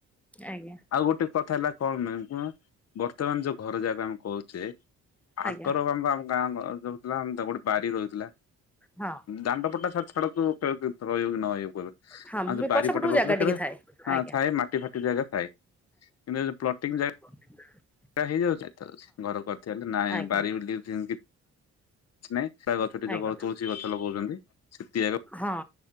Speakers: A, in the centre; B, on the left.
A: ଆଜ୍ଞା।
B: ଆଉ ଗୋଟେ କଥା ହେଲା କଣ ବର୍ତ୍ତମାନ ଯୋଉ ଘରେ ଯାକ ଆମେ କରୁଛେ ଆଗର
A: ଆଜ୍ଞା।
B: ଆମ ଗାଁ ଯଉଥିଲା ଆମ ତା ଗୋଟେ ବାରି ରହୁଥିଲା
A: ହଁ
B: ଦାଣ୍ଡ ପଟ ଛ ଛାଡ ରହିବ ନହିବ ଆଉ
A: ହଁ
B: ଯ ବାରି
A: ପଛପଟକୁ
B: ପଟେ ରହୁଥିଲା
A: ଜାଗା ଟିକେ ଥାଏ ଆଜ୍ଞା
B: ଛାଏ ମା ଟି ଜାଗା ଥାଏ କିନ୍ତୁ ହେ ଯୋଉ ପ୍ଲଟିଂ
A: ହ
B: ଟା ହେଇଯାଉ ଘର କରିଥା ହେଲେ ନାଇଁ
A: ଆଜ୍ଞା
B: ବାରି <unintelligible> କିଛି ନାଇଁ ସେ ଗଛ
A: ଆଜ୍ଞା
B: ଜ ତୁଳସୀ ଗଛ ଲଗଉଛନ୍ତି ସେତିଆ।
A: ହଁ।